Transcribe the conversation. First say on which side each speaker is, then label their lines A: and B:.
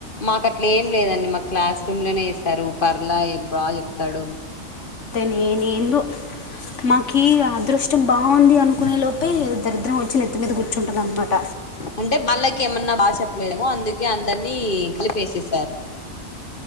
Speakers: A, on the left; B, on the left.
A: మాకు అట్లా ఏం లేదండి మాకు క్లాస్ రూమ్ లోనే ఇస్తారు పర్లా బాగా చెప్తాడు
B: నేను ఏందో మాకి అదృష్టం బాగుంది అనుకునే లోపే దరిద్రం వచ్చి నెత్తు మీద కూర్చుంటుంది అనమాట
A: అంటే వాళ్ళకి ఏమన్నా బాగా చెప్పలేదేమో అందుకే అందరినీ కలిపేసేసారు